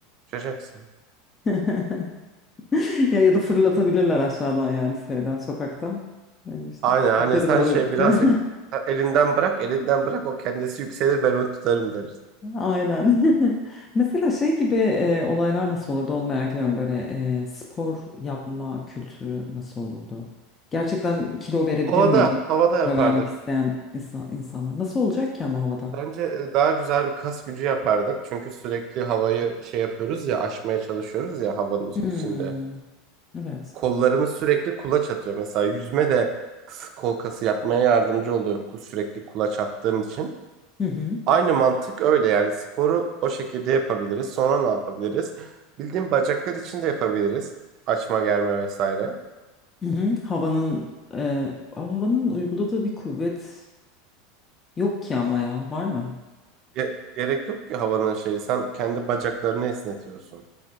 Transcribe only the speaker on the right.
Çıkacaksın.
Aynen hani
sen
şey
birazcık
elinden bırak elinden bırak o kendisi yükselir ben onu tutarım deriz.
Havada
havada yapardık.
Bence e, daha güzel bir kas gücü yapardık. Çünkü sürekli havayı şey yapıyoruz ya aşmaya çalışıyoruz ya havanın
içinde.
Kollarımız sürekli kulaç atıyor. Mesela yüzme de kıs- kol kası yapmaya yardımcı oluyor ku- sürekli kulaç attığın için.
Aynı mantık öyle yani sporu o şekilde yapabiliriz. Sonra ne yapabiliriz? Bildiğin bacaklar için de yapabiliriz. Açma germe vesaire.
Ge- gerek yok ki havanın şeyi. Sen kendi bacaklarını esnetiyorsun.